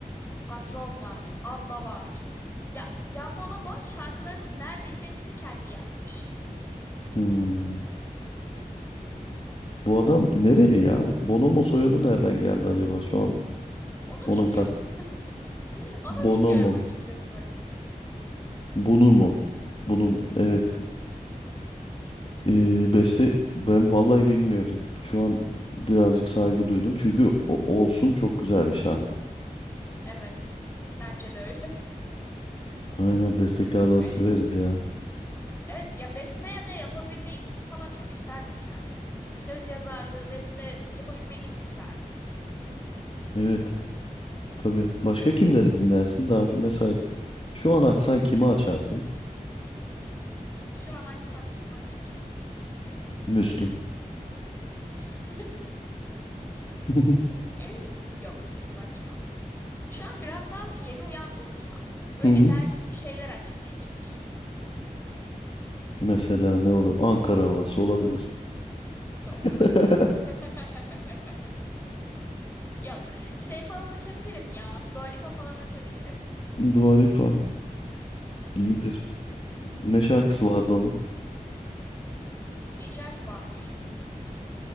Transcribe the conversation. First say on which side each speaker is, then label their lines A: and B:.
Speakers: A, on the left; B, on the left.
A: Patron var. Abla var. Ya Can Bonomo şarkılarının neredeyse hepsini kendi yazmış.
B: Hmm. Bu adam nereli ya? Bu Bonomo soyadı nereden geldi acaba? Şu an
A: Onu bilmiyorum.
B: ona mı tak.
A: <laughs> Onu
B: Bonomo.
A: bilmiyorum açıkçası.
B: Bunu mu? Bunun evet. Ee, beste ben vallahi bilmiyordum. Şu an birazcık saygı duydum. Çünkü o- olsun çok güzel bir şarkı.
A: Evet. Bence de öyle.
B: Aynen bestekarları
A: <laughs>
B: severiz ya.
A: Evet ya beste ya da yapabilmeyi falan çok isterdim yani. Söz yazarlığı, beste yapabilmeyi çok isterdim.
B: Evet. Tabii. Başka kimleri dinlersin? Daha mesela şu an açsan kimi açarsın?
A: Şu an açsam kimi açarım?
B: Müslüm.
A: Müslüm.
B: <laughs>
A: <laughs> Yok, Müslüm açmam. Şu an biraz daha yeni uyandım ya. Böyle
B: Hı hı.
A: enerjik bir şeyler açmaya çalışırım.
B: Mesela ne olur? Ankara havası olabilir.
A: Yok.
B: <laughs>
A: <laughs> Yok. Şey falan açabilirim ya. Dua Lipa falan açabilirim.
B: Dua Lipa
A: Hı hı.
B: iyidir. Ne şarkısı
A: Evet.
B: vardı
A: Ecef var.